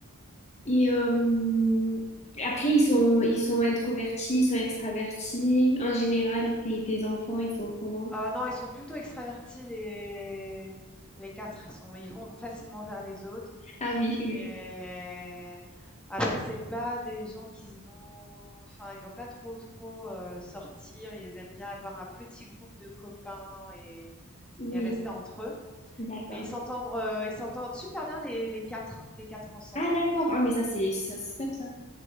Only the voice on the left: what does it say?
Et euh, après, ils sont, ils sont introvertis, ils sont extravertis. En général, tes, tes enfants, ils sont comment?
Ah oui, oui.
Oui,
d'accord.
Ah d'accord. Ah mais ça, c'est ça, c'est top ça.